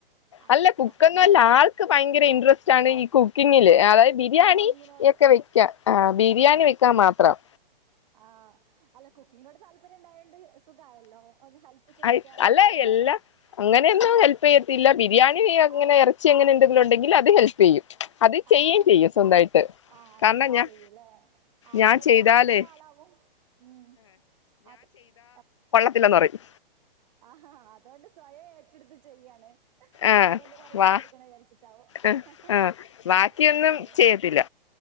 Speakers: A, on the right (about 45°); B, on the left (about 30°).
A: ആ
B: അല്ല കുക്കൊന്നല്ല
A: ഹോട്ടല്
B: ആൾക്ക് ഭയങ്കര
A: ആ
B: ഇൻട്രസ്റ്റ് ആണ്ഈ കുക്കിങ്ങില്
A: ആ
B: അതായത് ബിരിയാണി
A: കുക്കിങ്ങിനോട്
B: ഒക്കെ വെക്കാ ആ... ബിരിയാണി വെക്കാൻ മാത്രം.
A: ആ അല്ല കുക്കിങ്ങിനോട് താല്പര്യം മൂപ്പർണ്ടായോണ്ട് സുഖായല്ലോ ഒന്ന് ഹെൽപ്പ് ചോദിക്കാനും
B: ആയി... അല്ല.
A: ഒക്കെ
B: എല്ലാ അങ്ങനെയൊന്നും ഹെൽപ് ചെയ്യത്തില്ല. പിന്നെ ബിരിയാണി അങ്ങെനെ
A: ആഹ്
B: ഇറച്ചി അങ്ങനെ.. വീട്ടിൽ ഉണ്ടെങ്കിൽ അത് ഹെൽപ് ചെയ്യും. അത് ചെയ്യേം
A: ആഹ ഹെൽപ്പ്
B: ചെയ്യും സ്വന്തായിട്ട്
A: ആ
B: കാരണം
A: ചെയ്
B: ഞാൻ
A: ചെയ്യൂലെ.. ആ
B: ഞാൻ
A: അതിനോട്
B: ചെയ്താലേ
A: താല്പര്യമുള്ള ആളാവും ഉം അതെ അതെ
B: ഇല്ലന്ന് പറയും
A: ആഹ് അതുകൊണ്ട് സ്വയം ഏറ്റെടുത്ത് ചെയ്യാണ്..
B: ആഹ്
A: വെർതെന്തിനാ റിസ്ക്
B: വാ
A: എടുക്കണ വിചാരിച്ചിട്ടാവോ...
B: ആഹ്
A: ഹ ഹ ഹ...
B: ആഹ് ബാക്കിയൊന്നും
A: അതെ.
B: ചെയ്യത്തില്ല